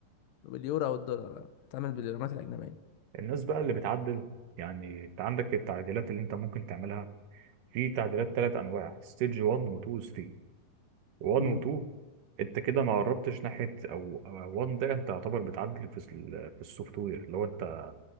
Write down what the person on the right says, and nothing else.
الناس بقى اللي بتعدل يعني انت عندك التعديلات اللي انت ممكن تعملها في تعديلات ثلاث انواع ستيج 1 و 2 و 3 1
و 2 انت كده ما قربتش ناحيه او أو 1 ده انت يعتبر بتعدل في ال- في السوفت وير لو انت